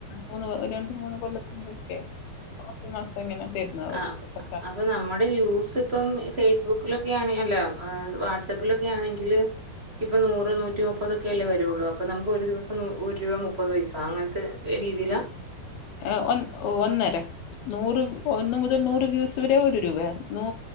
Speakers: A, on the left; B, on the right.
A: മൂന്ന് രണ്ട് മൂന്ന് കൊല്ലത്തിന്റെട്ക്കയി മാസം ഇങ്ങനെ തരുന്ന് അവര്
B: ആഹ്
A: പത്ത
B: അപ്പൊ നമ്മുടെ വ്യൂസ് ഇപ്പം ഫേസ്ബുക്കിലൊക്കെണ അല്ല വാട്സആപ്പിലൊക്കെ ആണെങ്കില് ഇപ്പൊ നൂറ് നൂറ്റി മുപ്പതൊക്കെ അല്ലേ വരുള്ളൂ അപ്പൊ നമുക്ക് ഒരു ദിവസം ഒരു രൂപ മുപ്പത് പൈസ അങ്ങനത്തെ രീതിയിലാ
A: ഏ ഒ ഒന്നര നൂറ് ഒന്ന് മുതൽ നൂറ് വ്യൂസ് വരെ ഒരു രൂപ നു